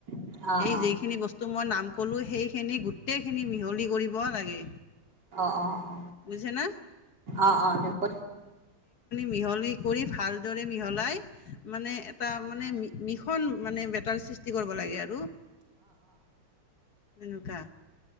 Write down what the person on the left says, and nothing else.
এই যিখিনি বস্তু টো মই নাম ক'লোঁ সেইখিনি গোটেইখিনি মিহলি কৰিব লাগে
বুজিছেনে
মিি কৰি ভাল মিহাই মানে এ মানে মানে বেটাৰ সৃষ্টি কৰিব লাগে আৰু নককাা